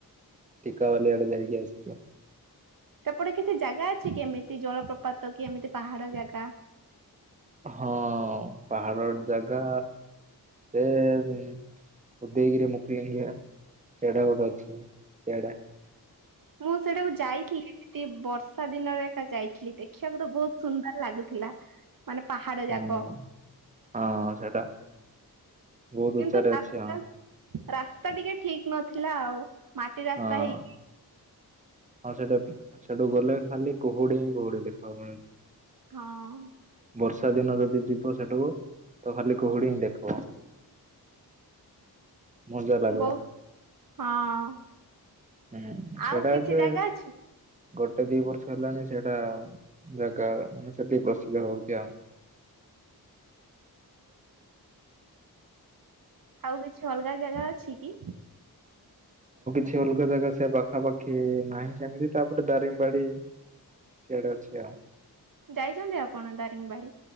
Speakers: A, on the right (about 20°); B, on the right (about 55°).
A: ଟିକାବାଲି ଆଡେ ଯାଇକି ଆସିଛୁ।
B: ସେପଟେ କିଛି ଜାଗା ଅଛି କି ଏମିତି ଜଳପ୍ରପାତ କି ଏମିତି ପାହାଡ ଜାଗା?
A: ହଁ ପାହାଡର ଜାଗା ସେ ଉଦୟଗିରି, ମୁକୁଳିଙ୍ଗିଆ ସେଟା ଗୋଟେ ଅଛି ସେଡା।
B: ମୁଁ ସେଇଟାକୁ ଯାଇଥିଲି ଏମିତି ବର୍ଷା ଦିନରେ ଏକା ଯାଇଥିଲି ଦେଖିବାକୁ ତ ବହୁତ ସୁନ୍ଦର ଲାଗୁ ଥିଲା ମାନେ ପାହାଡ
A: ହଁ
B: ଯାକ।
A: ହଁ ସେଇଟା ବହୁତ
B: କିନ୍ତୁ
A: ଉଚ୍ଚାରେ
B: ରାସ୍ତା
A: ଅଛି ଆଉ।
B: ରାସ୍ତା ଟିକେ ଠିକ ନଥିଲା ଆଉ ମାଟି ରାସ୍ତା
A: ହଁ
B: ହେଇକି
A: ହଁ ସେଟା ପି ସେଠୁ ଗଲେ ଖାଲି କୁହୁଡି ହିଁ କୁହୁଡି ଦେଖାହୁଏ।
B: ହଁ
A: ବର୍ଷା ଦିନ ରେ। ଯଦି ଯିବ ସେଠକୁ ତ ଖାଲି କୁହୁଡି ହିଁ ଦେଖିବ। ମଜା ଲାଗବ।
B: ବହୁ ହଁ
A: ହୁଁ ସେଟା
B: ଆଉ କିଛି
A: ଏବେ
B: ଜାଗା ଅଛି?
A: ଗୋଟେ ଦି ବର୍ଷ ହେଲାଣି ସେଇଟା ଆଉ ଜାଗା ମାନେ ସେଠି ପ୍ରସିଦ୍ଧ ହଉଛି ଆଉ।
B: ଆଉ କିଛି ଅଲଗା ଜାଗା ଅଛି କି?
A: ଛି ଅଲଗା ଜାଗା ସେ ପାଖାପାଖି ନାହିଁ ସେମିତି ତାପରେ ଦାରିଙ୍ଗବାଡି ସେଇଟା ଅଛି ଆଉ।
B: ଯାଇଛନ୍ତି ଆପଣ ଦାରିଙ୍ଗବାଡି?